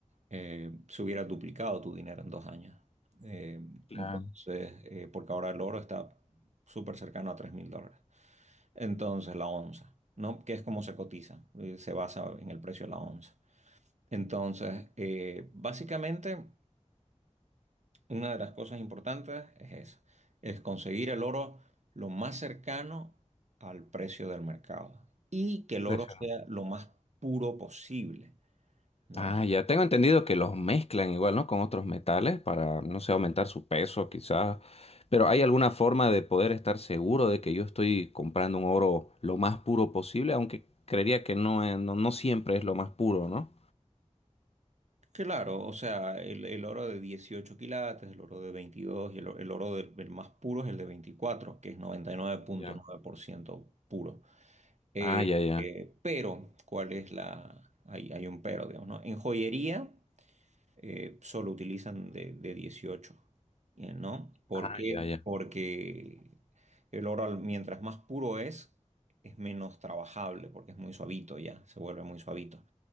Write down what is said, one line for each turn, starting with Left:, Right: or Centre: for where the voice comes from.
Right: eh, se hubiera duplicado tu dinero en dos años. Eh,
Left: Claro,
Right: entonces, eh, porque ahora el oro está súper cercano a tres mil dólares. Entonces, la onza, ¿no? Que es como se cotiza, eh, se basa en el precio de la onza. Entonces, eh, básicamente, una de las cosas importantes es eso, es conseguir el oro lo más cercano al precio del mercado y que el
Left: impresionante.
Right: oro sea lo más puro posible, ¿no?
Left: Ah, ya tengo entendido que los mezclan igual, ¿no? Con otros metales para, no sé, aumentar su peso quizás. Pero ¿hay alguna forma de poder estar seguro de que yo estoy comprando un oro lo más puro posible? Aunque creería que no, es- no, no siempre es lo más puro, ¿no?
Right: Claro, o sea, el, el oro de 18 quilates, el oro de 22 y el, o- el oro del, el más puro es el de 24, que es 99.9%
Left: Ya.
Right: puro. Eh,
Left: Ah, ya, ya.
Right: eh, pero, ¿cuál es la...? Hay, hay un pero, digamos, ¿no? En joyería... eh, solo utilizan de, de 18, eh, ¿no? ¿Por
Left: Ah,
Right: qué?
Left: ya, ya.
Right: Porque el oro, al- mientras más puro es, es menos trabajable, porque es muy suavito ya, se vuelve muy suavito.